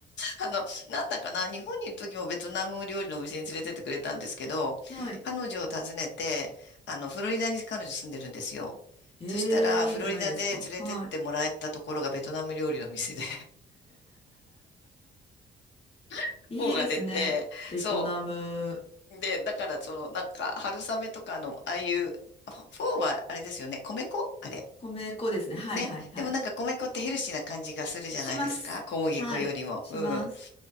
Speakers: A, on the left (about 65°); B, on the left (about 30°).
A: あの、なんだかな、日本にいる時もベトナム料理のお店に連れてってくれたんですけど、
B: はい。
A: 彼女を訪ねて、あの、フロリダに彼女住んでるんですよ。
B: ええー、
A: そしたら、フロリダで連れてってもらえたところがベトナム料理の店で、
B: いいじゃないですか。はい。
A: <laughs>
B: いいですね。
A: フォーが出て、
B: ベトナム、
A: そう。で、だから、その、なんか、春雨とかの、ああいう、フォーはあれですよね、米粉あれ。
B: 米粉ですね。はいはいはい。
A: ね。でもなんか米粉ってヘルシーな感じがするじゃないですか。
B: します。
A: 小麦粉よりも。
B: はい。します。
A: うん。